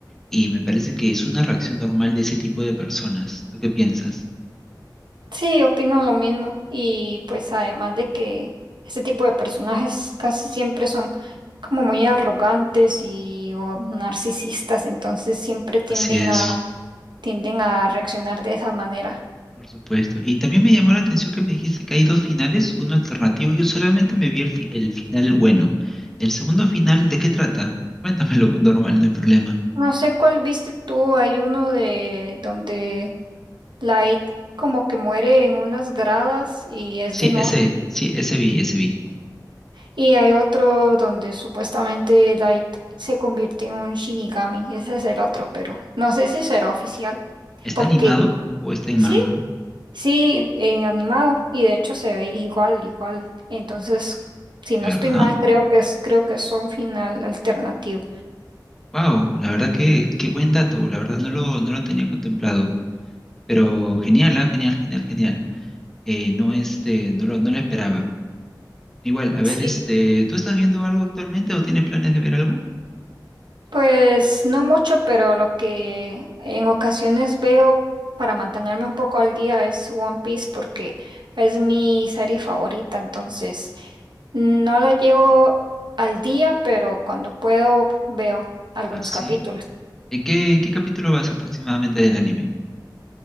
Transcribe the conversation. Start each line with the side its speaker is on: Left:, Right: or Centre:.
Centre: y me parece que es una reacción normal de ese tipo de personas. ¿Tú qué piensas?
Right: Sí, opino lo mismo. Y pues además de que este tipo de personajes casi siempre son como muy arrogantes y o narcisistas, entonces siempre tienden
Centre: Así es,
Right: a, tienden a reaccionar de esa manera.
Centre: por supuesto. Y también me llamó la atención que me dijiste que hay dos finales, uno alternativo. Yo solamente me vi el, fi- el final bueno. ¿El segundo final de qué trata? Cuéntamelo, normal, no hay problema.
Right: No sé cuál viste tú, hay uno de donde Light como que muere en unas gradas y es
Centre: Sí,
Right: de noche.
Centre: ese, sí, ese vi, ese vi.
Right: Y hay otro donde supuestamente Light se convierte en un Shinigami. Ese es el otro, pero no sé si será oficial
Centre: ¿Está
Right: porque
Centre: animado o está en
Right: Sí,
Centre: manga?
Right: sí, eh, animado y de hecho se ve igual, igual. Entonces, si no
Centre: ¿De verdad?
Right: estoy mal, creo que es, creo que es un final alternativo.
Centre: Wow, la verdad que qué buen dato, la verdad no lo, no lo tenía contemplado. Pero genial, ah, Genial, genial, genial. Eh, no, este, no lo, no lo esperaba. Igual, a ver,
Right: Sí,
Centre: este, ¿tú estás viendo algo actualmente o tienes planes de ver algo?
Right: pues no mucho, pero lo que en ocasiones veo para mantenerme un poco al día es One Piece porque es mi serie favorita, entonces no la llevo al día, pero cuando puedo veo algunos
Centre: Ah, sí.
Right: capítulos.
Centre: ¿En qué, en qué capítulo vas aproximadamente del anime?